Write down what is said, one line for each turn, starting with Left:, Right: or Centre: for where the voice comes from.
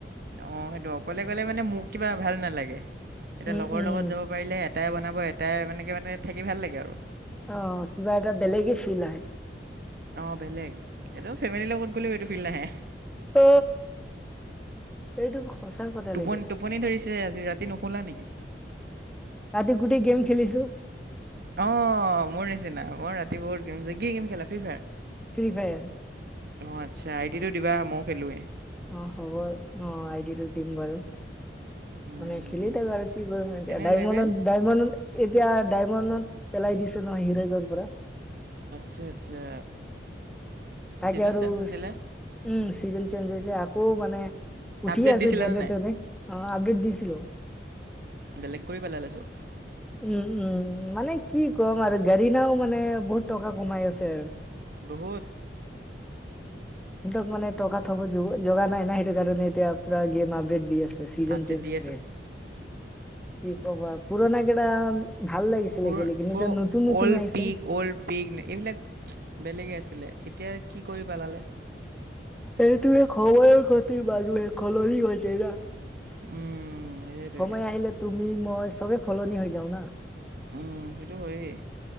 Right: অ সেইটো অকলে গলে মানে মোক কিবা ভাল নালাগে এতিয়া
Centre: উম
Right: লগৰ
Centre: উম
Right: লগত যাব পাৰিলে। এটাই বনাব এটাই মানে কি মানে থাকি ভাল লাগে আৰু।
Centre: অ কিবা এটা বেলেগে ফিল আহে।
Right: অ বেলেগ এইটো ফেমিলিৰ লগত গ'লেও এইটো ফিল নাহে।
Centre: অ এইটো। সঁচা কথা
Right: টোপনি
Centre: লেকিন
Right: টোপনি ধৰিছে আজি ৰাতি নুশুলা নেকি?
Centre: ৰাতি গোটেই গেম খেলিছোঁ।
Right: অ মোৰ নিচিনা মই ৰাতি বহুত গেম যে কি গেম খেলা ফ্ৰ্ৰী ফায়াৰ?
Centre: ফ্ৰী ফায়াৰ
Right: অ আচ্ছা আইদিটো দিবা মইও খেলোৱে।
Centre: অ হ'ব অ আইডিটো দিম বাৰু।
Right: উম,
Centre: মানে খেলি থাকোঁ আৰু কি কৰিম
Right: এনে
Centre: দাইমণ্ডন
Right: লেভেল
Centre: দাইমণ্ড। এতিয়া ডায়মণ্ডত পেলাই দিছে নহয় হিৰাইকৰ পৰা।
Right: আচ্ছা আচ্ছা।
Centre: তাকে
Right: ছিজন
Centre: আৰু
Right: চেঞ্জ হৈছিলে
Centre: উম চিজন চেঞ্জ হৈছে আকৌ মানে। উঠি
Right: আপডেট
Centre: আছে
Right: দিছিলানে
Centre: যেনে
Right: নাই
Centre: তেনে অ আপডেট দিছিলোঁ।
Right: বেলেগ কৰি পেলালে চব।
Centre: উম উম মানে কি ক'ম আৰু গাড়ীনাও মানে বহুত টকা কমাই আছে আৰু।
Right: বহুত।
Centre: সিহঁতক মানে টকা থব জগা নাই না সেইটো কাৰণে এতিয়া পুৰা গেম আপডেট দি আছে। ছিজন
Right: আপডেট
Centre: চেঞ্জ
Right: দি
Centre: হৈ আছে কি ক'বা পুৰণা কেইটা। ভাল লাগিছিলে
Right: পুৰ
Centre: খেলি কিন্তু
Right: পুৰ
Centre: এতিয়া নতুন নতুন
Right: অল্ড
Centre: আহিছে
Right: পিক অল্ড পিক এইবিলাক বেলেগে আছিলে। এতিয়া কি কৰি পেলালে।
Centre: সেইটোৱে সময়ৰ ক্ষতি বাৰু। <unintelligible>
Right: উম। সেইটোৱে
Centre: সময় আহিলে তুমি মই চবে সলনি হৈ যাওঁ না।
Right: উম সেইটো হয়েই।